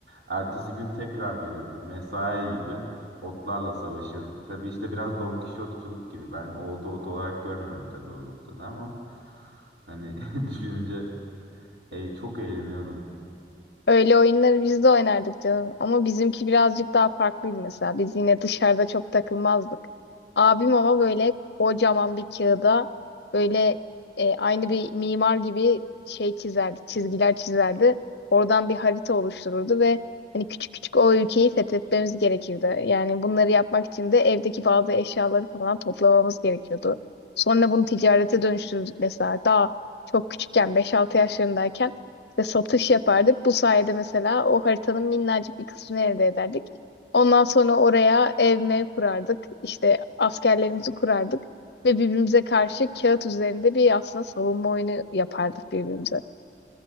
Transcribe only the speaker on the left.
Öyle oyunları biz de oynardık canım. Ama bizimki birazcık daha farklıydı mesela. Biz yine dışarıda çok takılmazdık. Abim ama böyle kocaman bir kağıda böyle e, aynı bir mimar gibi şey çizerdi, çizgiler çizerdi. Oradan bir harita oluştururdu ve hani küçük küçük o ülkeyi fethetmemiz gerekirdi. Yani bunları yapmak için de evdeki bazı eşyaları falan toplamamız gerekiyordu. Sonra bunu ticarete dönüştürdük mesela. Daha çok küçükken beş altı yaşlarındayken işte satış yapardık. Bu sayede mesela o haritanın minnacık bir kısmını elde ederdik. Ondan sonra oraya ev mev kurardık. İşte askerlerimizi kurardık. Ve birbirimize karşı kağıt üzerinde bir aslında savunma oyunu yapardık birbirimize.